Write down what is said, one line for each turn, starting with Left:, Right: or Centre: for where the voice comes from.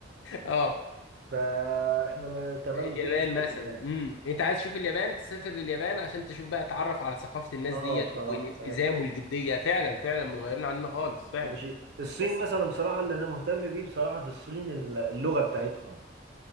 Left: اه
Right: فاحنا ما تمام
Left: اليابان
Right: مفيش مشاكل
Left: مثلا
Right: يعني
Left: امم انت عايز تشوف اليابان تسافر لليابان عشان تشوف بقى تعرف على ثقافه الناس
Right: اه
Left: ديت
Right: بصراحه
Left: والالتزام
Right: فاهم
Left: والجديه فعلا فعلا متغيرين
Right: مم.
Left: عننا خالص فعلا
Right: ماشي الصين
Left: بس
Right: مثلا بصراحه اللي انا مهتم بيه بصراحه في الصين الل- اللغه بتاعتهم